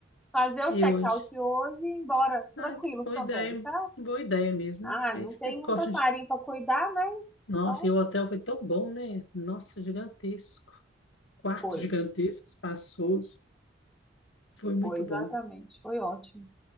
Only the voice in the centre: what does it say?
fazer o
check-out
hoje e ir embora tranquilos
também,
sabe?
Ah,
não
tem
um passarinho
para cuidar, né?
Então,
foi.
Foi, exatamente.
Foi ótimo,